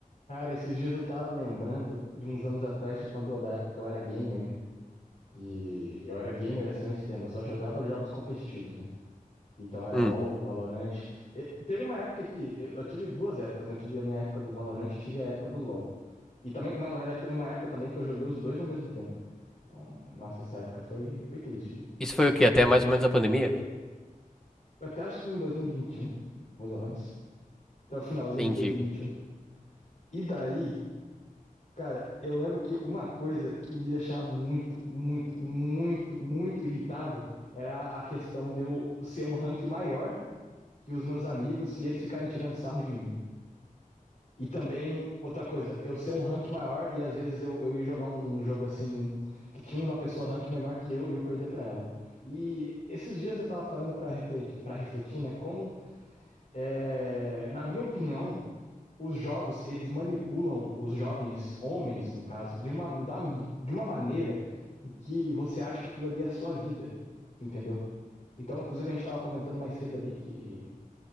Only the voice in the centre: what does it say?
Hum.
Isso foi o quê? Até mais ou menos a pandemia?
Entendi.